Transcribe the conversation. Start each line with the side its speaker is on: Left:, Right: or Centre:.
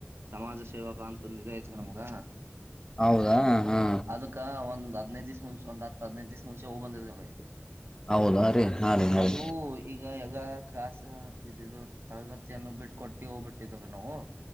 Right: ಸಮಾಜ ಸೇ ವಕ ಅಂತ ಒಂದು ಇದು ಆಯ್ತ ನಮ್ಗ.
Left: ಹೌದಾ ಹಾ
Right: ಅದಕ್ಕ ಒಂದ್ ಹದಿನೈದ್ ದಿಸ ಮುಂಚೆ ಒಂದ್ ಹತ್ ಹದ್ನನೈದ್ ದಿವ್ಸ ಮುಂಚೆ ಹೋಗ್ ಬಂದೀವಿ.
Left: ಹೌದಾ ರೀ ಹಾ ರೀ ಹಾ
Right: ಅದು
Left: ರೀ
Right: ಈಗ ಯಾಗ. ಕಾಸು ಇದು ಇದು ತರಗತಿಯನ್ನು ಬಿಟ್ಟ ಕೊಟ್ಟಿ ಹೋಗ್ಬಿಟ್ಟಿದೇವು ನಾವು.